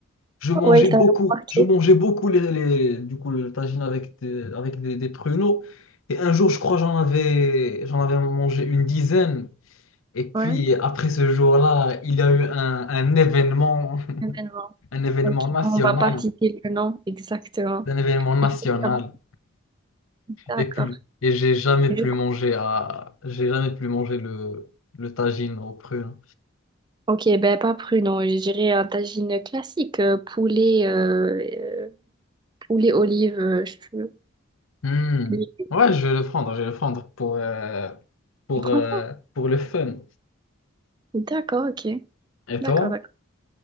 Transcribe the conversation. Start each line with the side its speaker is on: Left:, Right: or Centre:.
Left: je mangeais
Right: Ouais, il t'a
Left: beaucoup.
Right: remarqué.
Left: Je mangeais beaucoup les, les- du coup, le tagine avec des, avec des, des pruneaux. Et un jour, je crois, j'en avais, j'en avais mangé une dizaine. Et puis,
Right: Ouais,
Left: après ce jour-là, il y a eu un, un événement, <laughs>
Right: événement.
Left: un événement
Right: Ok,
Left: national,
Right: on va pas citer le nom exactement.
Left: un événement national.
Right: Et du coup, ça t'a marqué. D'accord.
Left: Et plus. Et j'ai jamais plus
Right: Du coup,
Left: mangé à... J'ai jamais plus mangé le, le tagine au prune
Right: ok, ben pas pruneau, je dirais un tagine classique, euh, poulet, euh, euh, poulet, olive, euh, je,
Left: Hmm.
Right: je-
Left: Ouais, je vais le prendre, je vais le prendre pour, euh, pour,
Right: je prends
Left: euh,
Right: ça.
Left: pour le fun.
Right: D'accord, ok.
Left: Et
Right: D'accord,
Left: toi?
Right: d'accord.